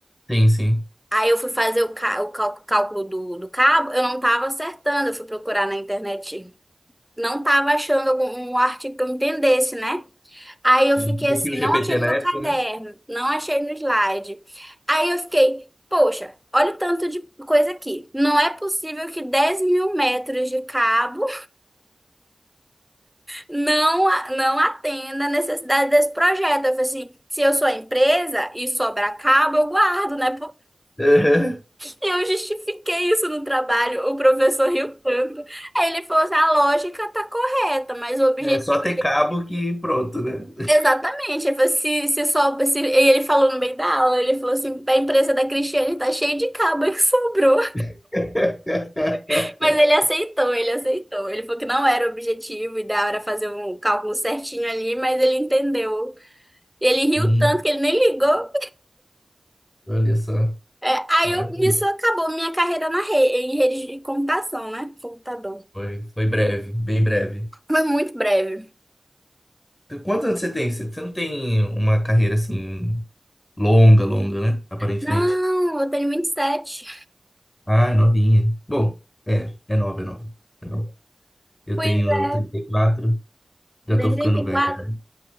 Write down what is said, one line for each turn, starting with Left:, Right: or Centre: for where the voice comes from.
Left: Sim, sim.
Centre: Aí eu fui fazer o, cá- o cal- cálculo do, do cabo, eu não tava acertando, eu fui procurar na internet, não tava achando algum um artigo que eu entendesse, né? Aí eu
Left: Não
Centre: fiquei assim,
Left: tinha o GPT
Centre: não achei no
Left: na
Centre: meu
Left: época,
Centre: caderno,
Left: né?
Centre: não achei no slide. Aí eu fiquei, poxa, olha o tanto de coisa aqui. Não é possível que 10 mil metros de cabo não, a- não atenda a necessidade desse projeto. Eu falei assim, se eu sou a empresa e sobrar cabo, eu guardo, né?
Left: <laughs>
Centre: Eu justifiquei isso no trabalho, o professor riu tanto. Aí ele falou assim, a lógica tá correta, mas o objetivo...
Left: É só ter cabo que pronto, né?
Centre: é Exatamente, ele falou, se, se só... Se... E ele falou no meio da aula, ele falou assim, a empresa da Cristiane tá cheia de cabo que sobrou.
Left: <laughs>
Centre: <laughs> Mas ele aceitou, ele aceitou. Ele falou que não era o objetivo, e da hora fazer um cálculo certinho ali, mas ele entendeu. E ele riu
Left: Hum,
Centre: tanto que ele nem ligou.
Left: olha só,
Centre: É, aí
Left: maravilha.
Centre: eu, nisso acabou minha carreira na rede, em rede de computação, né? Computador.
Left: Foi, foi breve, bem breve.
Centre: Foi muito breve.
Left: Então, Quantos anos você tem? Você você não tem uma carreira assim longa, longa, né? Aparentemente.
Centre: Não, eu tenho 27.
Left: Ah, é novinha. Bom, é, é nova, é nova. É nova. Eu
Centre: Pois
Left: tenho
Centre: é,
Left: 34, já
Centre: tu tem
Left: tô ficando
Centre: trinta e
Left: velho.
Centre: quatro.
Left: <laughs>